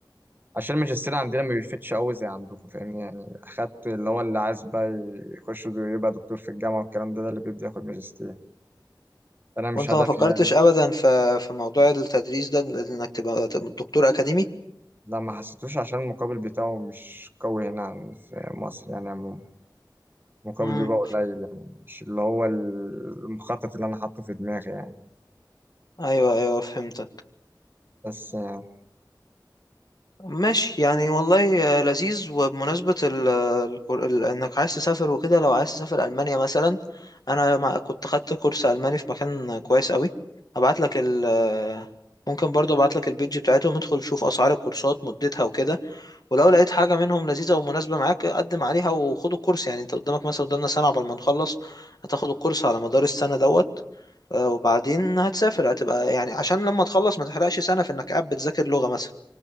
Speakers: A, on the right; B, on the left.
A: عشان الماجستير عندنا ما بيفتش قوي زي عندكم فاهمني يعني اخدت اللي هو اللي عايز بقى يخش يبقى دكتور في الجامعة والكلام ده ده اللي بيبدأ ياخد ماجستير انا مش
B: وانت
A: هدفي
B: ما فكرتش
A: يعني
B: ابدا في في موضوع التدريس ده انك تبقى تبقى دكتور اكاديمي
A: لا ما حسيتوش عشان المقابل بتاعه مش قوي هنا عن- في مصر يعني عموما مقابل
B: امم
A: بيبقى قليل يعني مش اللي هو المخطط اللي انا حاطه في دماغي يعني
B: ايوه ايوه فهمتك
A: بس آه،
B: ماشي يعني والله آه، لذيذ وبمناسبة ال الكور- ال- انك عايز تسافر وكده لو عايز تسافر المانيا مثلا انا مع- كنت خدت كورس الماني في مكان كويس قوي هبعت لك ال آه، ممكن برضه ابعت لك البيج بتاعتهم ادخل شوف اسعار الكورسات مدتها وكده ولو لقيت حاجة منهم لذيذة ومناسبة معاك قدم عليها وخد الكورس يعني انت قدامك مثلا قدامنا سنة عقبال ما نخلص هتاخد الكورس على مدار السنة دوت آه، وبعدين هتسافر هتبقى يعني عشان لما تخلص ما تحرقش سنة في انك قاعد بتذاكر لغة مثلا